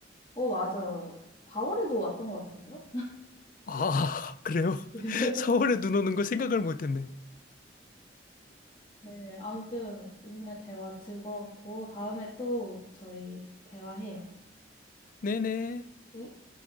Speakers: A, on the left; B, on the left.
A: 어, 맞아요. 4월에도 왔던 것 같은데요?
B: 아, <laughs> 그래요?
A: <laughs>
B: <laughs> 4월에 눈 오는 거 생각을 못 했네.
A: 네, 아무튼, 오늘 대화 즐거웠고, 다음에 또 저희 대화해요.
B: 네네.
A: 네.